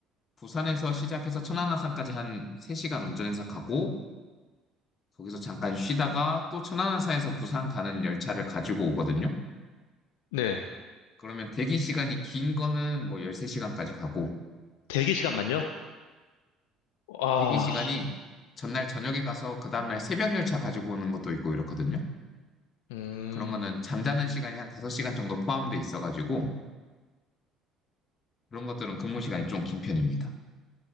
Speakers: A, on the left; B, on the left.
A: 부산에서 시작해서 천안아산까지 한 3시간 운전해서 가고 거기서 잠깐 쉬다가 또 천안함사에서 부산 가는 열차를 가지고 오거든요.
B: 네.
A: 그러면 대기 시간이 긴 거는 뭐 13시간까지 가고,
B: 대기 시간만요? 아,
A: 대기 시간이 전날 저녁에 가서 그 다음날 새벽 열차 가지고 오는 것도 있고 이렇거든요.
B: 음,
A: 그런 거는 잠자는 시간이 한 5시간 정도 포함돼 있어가지고, 그런 것들은 근무 시간이 좀 긴 편입니다.